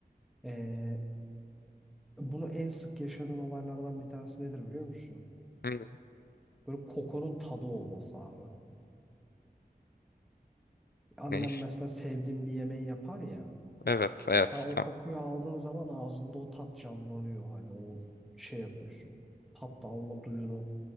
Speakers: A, in the centre; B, on the left (about 75°).
A: Ee, bunu en sık yaşadığın olaylardan bir tanesi nedir biliyor musun?
B: Hı,
A: Böyle kokunun tadı olması abi. Annem
B: Neyse.
A: mesela sevdiğim bir yemeği yapar ya.
B: Evet, evet.
A: Sen o
B: Tamam.
A: kokuyu aldığın zaman ağzında o tat canlanıyor. Hani o şey yapıyorsun. Tat alma duyunu